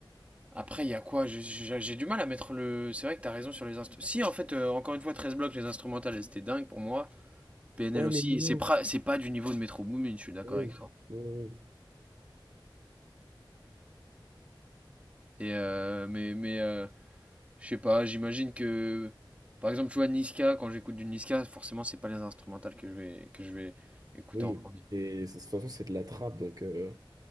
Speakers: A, on the right; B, on the right.
A: après, il y a quoi? J'ai j'ai- j'ai du mal à mettre le. C'est vrai que t'as raison sur les instruments. Si, en fait, euh, encore une fois, 13 blocs, les instrumentales, elles étaient dingues pour moi. PNL
B: Ouais,
A: aussi.
B: mais moins.
A: Et c'est pra- c'est pas du niveau de Metro Boomin, je suis d'accord
B: Oui,
A: avec toi.
B: oui, oui.
A: Et euh, mais mais euh, Je sais pas, j'imagine que. Par exemple, tu vois, Niska, quand j'écoute du Niska, forcément, c'est pas les instrumentales que je vais, que je vais écouter
B: Oui.
A: en premier.
B: Oui, Et c'est- de toute façon, c'est de la trappe, donc euh,